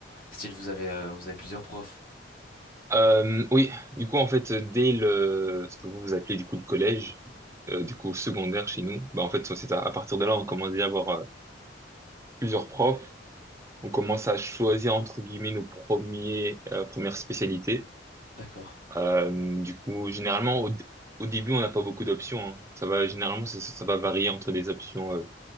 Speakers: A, on the left (about 50°); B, on the right (about 15°).
A: Style, vous avez, euh, vous avez plusieurs profs.
B: Euh, oui, du coup, en fait, dès le, ce que vous vous appelez du coup le collège, euh, du coup secondaire chez nous, bah en fait, c'est à, à partir de là, on commence déjà à avoir euh, plusieurs profs, on commence à choisir entre guillemets nos premiers, euh, premières spécialités.
A: D'accord,
B: Euh, du coup, généralement, au, dé- au début, on n'a pas beaucoup d'options. hein. Ça va, généralement, c'est- ça, ça va varier entre des options euh,